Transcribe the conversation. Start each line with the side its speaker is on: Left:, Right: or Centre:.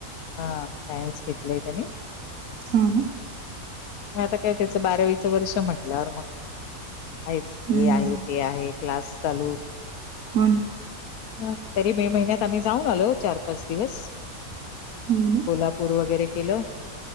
Left: हा सायन्स घेतलेय त्यानी
Right: होा ना
Left: म आता काय त्याचं बारावीचं वर्ष म्हटल्यावर मग हे
Right: हम्म.
Left: आहे ते आहे क्लास चालू.
Right: वन
Left: ह तरी मे महिन्यात आम्ही जाऊन आलो चार पाच दिवस
Right: हो ना.
Left: को्हापूर वगैरे केलं